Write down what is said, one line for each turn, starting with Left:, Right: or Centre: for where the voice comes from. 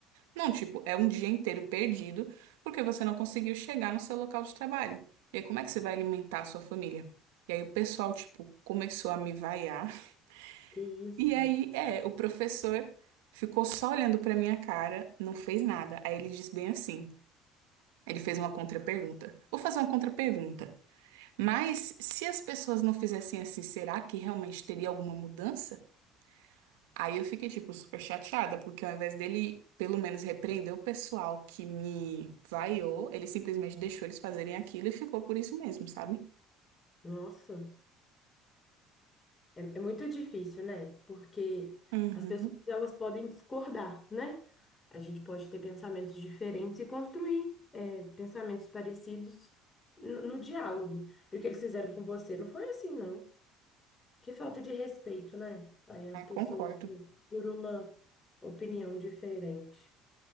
Right: Não, tipo, é um dia inteiro perdido porque você não conseguiu chegar no seu local de trabalho. E aí, como é que você vai alimentar a sua família? E aí, o pessoal, tipo, começou a me vaiar. <laughs>
Left: Que isso?
Right: E aí, é, o professor ficou só olhando pra minha cara, não fez nada. Aí ele disse bem assim. Ele fez uma contrapergunta. Vou fazer uma contrapergunta. Mas se as pessoas não fizessem assim, será que realmente teria alguma mudança? Aí eu fiquei, tipo, super chateada, porque ao invés dele, pelo menos, repreender o pessoal que me vaiou, ele simplesmente deixou eles fazerem aquilo e ficou por isso mesmo, sabe?
Left: Nossa, é, é muito difícil, né? Porque
Right: Uhum.
Left: as pessoas elas podem discordar, né? A gente pode ter pensamentos diferentes e construir é, pensamentos parecidos no, no diálogo. E o que eles fizeram com você não foi assim, não. Que falta de respeito, né? Aí as
Right: Ah,
Left: pessoas
Right: concordo.
Left: por por uma opinião diferente.